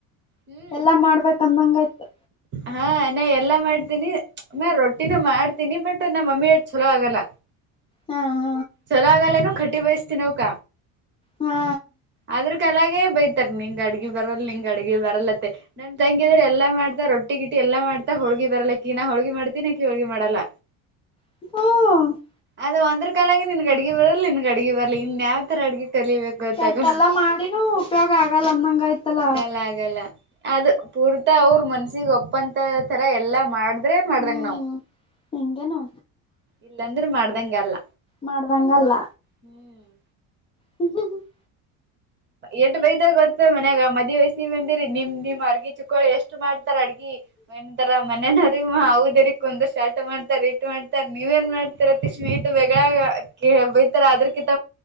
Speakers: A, on the right (about 30°); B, on the left (about 15°).
A: ಹ್ಮ್
B: ಎಲ್ಲಾ ಮಾಡ್ಬೇಕ ಅಂದಂಗಾಯ್ತು
A: ಹಾ ನಾ ಎಲ್ಲಾ ಮಾಡ್ತೀನಿ ನ ರೊಟ್ಟಿನೂ ಮಾಡ್ತೀನಿ ಬಟ್ ನಮ್ಮ ಮಮ್ಮಿ ಎಟ್ ಚಲೋ ಆಗಲ್ಲ
B: ಹಾ ಹಾ
A: ಚಲೋ ಆಗಲ್ಲೇನೋ ಟ್ಟಿ ಬಯಸ್ತೀನವ್ಕ
B: ಹಾ
A: ಆದ್ರಕಲಾಗೆ ಬೈ ನಿಂಗ್ ಅಡಗೆ ಬರಲ್ಲ ನಿಂಗ್ ಅಡಗೆ ಬರಲ್ಲತ್ತ ನಮ್ ತಂಗಿದ್ರ ಎಲ್ಲಾ ಮಾಡ್ತ ರೊಟ್ಟಿ ಗಿಟ್ಟಿ ಗಿಟಿ ಎಲ್ಲಾ ಮಾಡ್ತಾ ಹೋಳಿ ಬರಲ್ಲಕ್ಕ ನಾ ಹೋಳಿಗಿ ಮಾಡ್ತೀನಕಿ ಹೋಳಿ ಮಾಡಲ್ಲ
B: ಹ್ಮ
A: ಅದು ಒಂದ್ರ ಕಾಲಾಗಿ ನಿನಗೆ ಅಡಿಗೆ ಬರಲ್ಲ ನಿನಗೆ ಅಡಿಗೆ ಬರಲಿ ಇನ್ ಯಾವ ಆತರ ಅಡ್ಗೆ ಕಲಿಬೇಕು ಅಂತಾಗಲ್ಲ
B: ಕೆಟ್ಟೆಲ್ಲಾ ಮಾಡಿನೂ ಉಪಯೋಗ ಆಗಲ್ಲ ಅಂದಂಗ ಆಯ್ತಲ್ಲ
A: ಆಗಲ್ಲ ಆಗಲ್ಲ ಅದು ಪೂರ್ತಾ ಅವರು ಮನ್ಸಿಗೆ ಒಪ್ಪಂತ ತರ ಎಲ್ಲಾ ಮಾಡ ಅಂದ್ರೆ ಮಾಡ್ದಂಗ
B: ಹ್ಮ್
A: ನಾವು
B: ಹಿಂಗೇನು
A: ಇಲ್ಲಾಂದ್ರೆ ಮಾಡ್ದಂಗ ಅಲ್ಲ
B: ಮಾಡ್ದಂಗಲ್ಲ
A: ಹ್ಮ್
B: ಹ <unintelligible>
A: ಎಷ್ಟು ಬೈದಾಗ ಗೊತ್ತ ಮನ್ಯಾಗ ಮದುವೆ ವಯಸ್ಸಿಗೆ ಬಂದಿರಿ ನಿಮ್ ನಿಮ್ ಅರ್ಗಿ ಚುಕ್ಕ ಕುಕ್ಕಳಿ ಎಷ್ಟು ಮಾಡ್ತಾರ ಅಡ್ಗಿ ವನ್ಂತರ ಮನೇನವ್ರಮ್ಮ ಹದರಿ ಕುಂದ ಶಾರಟ ಮಾಡ್ತಾರ ರೀಟ ಮಾಡ್ತ ರ್ ನೀವ್ ಏನ್ ಮಾಡ್ತತಿರತಿ ಸ್ವೀಟ್ ವಗಳ ಕ ಬೈತಾರೆ ಅದ್ರಕಿಂತ